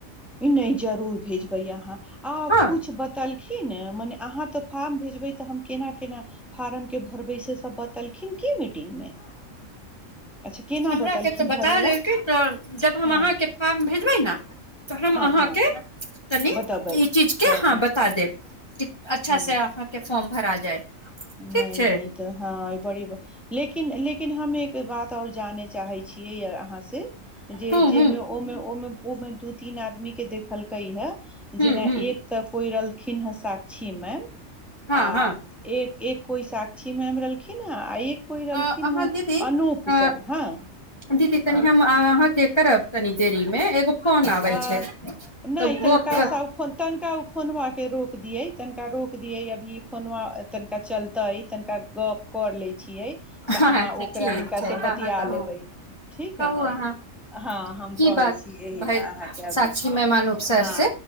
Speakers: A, in the centre; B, on the left.
A: नहि जरूर भेजबै अहाँ आ
B: हँ
A: कुछु बतलखिन हँ मने अहाँ तऽ फार्म भेजबे तऽ हम केना केना फार्म के भरबै से त बतेलखिन कि मे टिम मे अच्छा केना
B: हमराक
A: बतलखिन
B: के तऽ बता
A: भरे ला
B: देलकै तऽ जब हम
A: हँ
B: अहाँके फॉर्म भेजबै ने त हम
A: हँ
B: अहाँके
A: हँ
B: तनी
A: बतेबै
B: ई चीज के
A: हँ
B: आहँ बता देब अच्छा
A: ह
B: से अहाँ के फॉर्म भरा जाय ठीक
A: नहि
B: छै
A: नहि तऽ हँ बड़ी बात लेकिन लेकिन लेकिन हम एक बात और जाने चाहे छीियै य अहाँ से जे
B: हूँ
A: जेमे
B: हूँ
A: ओमे ओमे उ मे दू तीन आदमी के देखलकै हे
B: हूँ
A: जेना
B: हूँ
A: एक त कोइ खिन हँ साक्षी मैम
B: हँ
A: आ
B: हँ
A: एक एक कोइ साक्षी मैम रहलखिन ह आ एक कोइ रहलखिन
B: अहाँ
A: हे
B: दीदी
A: अनूप
B: अ
A: सर हँ
B: दीदी तनि हम अहाँके करब तनि देरी मे एगो फोन आबै
A: आ
B: छै
A: नहि
B: तब
A: तनिका
B: गप
A: तनिका फनवा के रोक दियै तनिका रोक दियै अभी कोनो तनिका चलतै अछि तनिका गप्प कर ले छियै तऽ अहाँ
B: हँ अच्छा
A: ओकरा
B: ठीक
A: हुनका
B: छै
A: से
B: तऽ
A: बतिया
B: अहाँ कहू
A: लेबै ठीक है
B: कहू
A: न
B: अहाँ
A: हँ हम
B: की
A: कहै
B: बात
A: छीए
B: भेल
A: अभी
B: साक्षी मेहमान उपसर
A: हँ
B: से